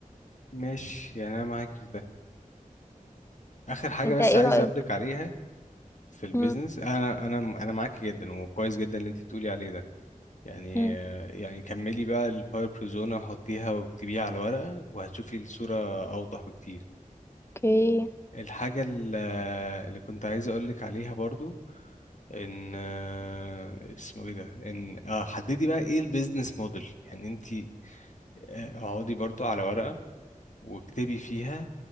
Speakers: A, on the left (about 60°); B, on the left (about 20°).
A: ماشي يعني انا معاك في ده اخر حاجة
B: أنت
A: بس
B: إيه
A: عايز
B: رأيك؟
A: اقولك عليها في البيزنس
B: إمم،
A: انا انا انا معاك جدا وكويس جدا اللي انت بتقولي عليه ده يعني
B: إمم،
A: آه، يعني كملي بقى الباور بريزونا وحطيها واكتبيها على ورقة وهتشوفي الصورة اوضح بكتير
B: أوكي،
A: الحاجة ال- اللي كنت عايز اقولك عليها برضو ان آه، اسمه ايه ده ان اه حددي بقى ايه البيزنس موديل يعني انت آه، اقعدي برضو على ورقة واكتبي فيها